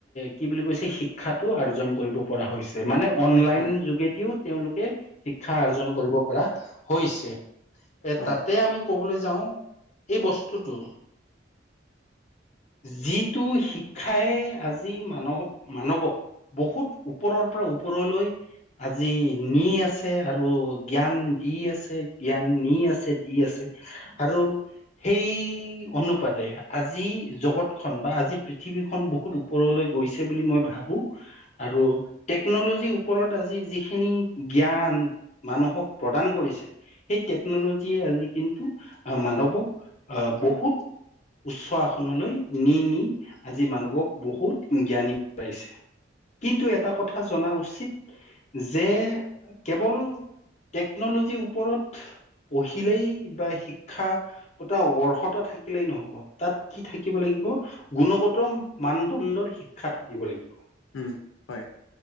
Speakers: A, on the left (about 35°); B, on the left (about 80°).
A: কি বুলি কৈছে? শিক্ষাটো আৰ্জন কৰিব পৰা হৈছে। মানে অনলাইন
B: উম হয়
A: যোগেদিও তেওঁলোকে শিক্ষা অৰ্জন কৰিব পৰা হৈছে। এ
B: হয়
A: তাতে আমি ক'বলৈ যাওঁ এই বস্তুটো যিটো শিক্ষাই আজি মানৱ মানৱক বহুত ওপৰৰ পৰা ওপৰলৈ আজি নি আছে আৰু জ্ঞান দি আছে জ্ঞান নি আছে দি আছে আৰু সেই অনুপাদে আজি জগত খন বা আজি পৃথিৱীখনন বহুত ওপৰলৈ গৈছে বুলি মই ভাবোঁ আৰু টেকনলজিৰ ওৰত আজি যিখিনি জ্ঞান ম মানুহক প্ৰদান কৰিছে, সেই টেকন'লজিয়ে আজি কিন্তু মানবক বহ বুত উচ্চ আসনলৈ নি নি আজি মানৱক বহুত জ্ঞানী বনাইছে, কিন্তু এটা কথা জনা উচিত যে কেৱল টেকনলজিৰ ওপৰত পঢ়িলেই, বা শিক্ষা এটা অৰ্হত থাকিলেই নহব তাত কি থাকিব লাগিব গুণগত মানদণ্ডৰ শিক্ষা থাকিব লাগিব
B: উম হয়